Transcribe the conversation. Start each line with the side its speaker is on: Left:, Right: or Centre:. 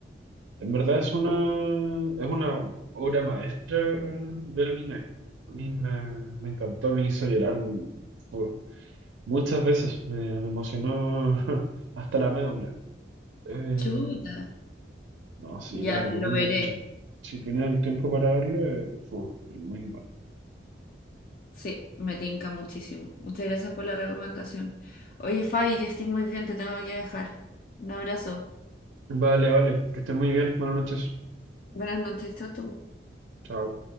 Right: En verdad es una, es una obra maestra del anime. A mí me, me encantó, me hizo llorar por- muchas veces, me, me emocionó <laughs> hasta la médula. Eh,
Left: Chuta.
Right: No, sí,
Left: Ya,
Right: la recomiendo
Left: lo veré.
Right: mucho. Si tienes el tiempo para verlo, eh, fu, es muy bueno.
Left: Sí, me tinca muchísimo. Muchas gracias por la recomendación. Oye, Fabi, que estoy muy bien, te tengo que dejar. Un abrazo.
Right: Vale, vale, que estés muy bien. Buenas noches.
Left: Buenas noches, chao, chao.
Right: Chao.